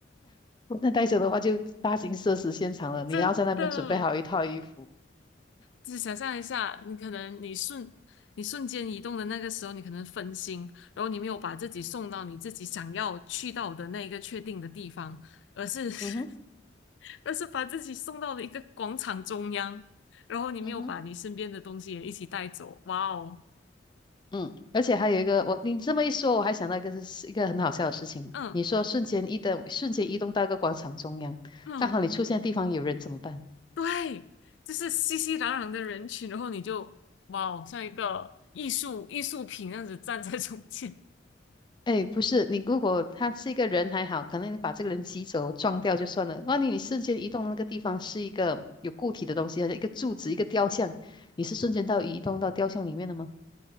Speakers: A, on the left; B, on the left.
A: 那带走的话就大型社死现场了，你要在那边准备好一套衣服。
B: 真的。就想象一下，你可能你瞬你瞬间移动的那个时候，你可能分心，然后你没有把自己送到你自己想要去到的那一个确定的地方，而是 <laughs>
A: 嗯哼，
B: 而是把自己送到了一个广场中央，然后你没有把你身边的东西也一起带走，
A: 嗯哼，
B: 哇哦！
A: 嗯，而且还有一个，我你这么一说，我还想到一个是一个很好笑的事情。
B: 嗯。
A: 你说瞬间移动，瞬间移动到一个广场中央，
B: 嗯，
A: 刚好你出现的地方有人怎么办？
B: 对，就是熙熙攘攘的人群，然后你就哇，哦，像一个艺术艺术品那样子站在中间，
A: 哎，不是，你如果他是一个人还好，可能你把这个人挤走、撞掉就算了。万一你瞬间移动的那个地方是一个有固体的东西，好像一个柱子、一个雕像，你是瞬间到移动到雕像里面了吗？